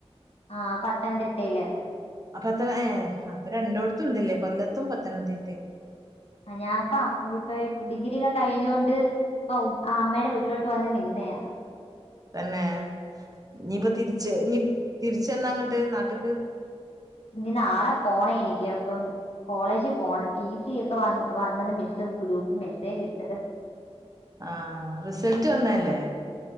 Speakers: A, on the left; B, on the right.
A: ഹാ പത്തനതിട്ടയില്
B: അപ്പത്തരെ ഏ അപ്പൊ രണ്ടോടത്തും ണ്ട് ല്ലേ കൊല്ലത്തും പത്തനംതിട്ടിം
A: ആ ഞാൻപ്പ അപ്പ <unintelligible> ഡിഗിരിയൊക്കെ കഴിഞ്ഞോണ്ട് ഔ അമ്മടെ വീട്ടിലോട്ട് വന്ന് നിന്നയാ
B: തന്നെ നീപ്പൊ തിരിച്ച് നി തിരിച്ചെന്നാ അങ്ങ്ട്ട് നാട്ട്ക്ക്
A: ഇനി നാളെ പോണെ എനിക്ക് ഇപ്പം കോളേജ് പോണം ടീ സി ഒക്കെ വ വന്ന്ന്ന് മിസ്സ്‌ ഗ്രൂപ്പ് മെസ്സേജ് ഇട്ട്
B: ആ റിസൾട്ട്‌ വന്നെഅല്ലേ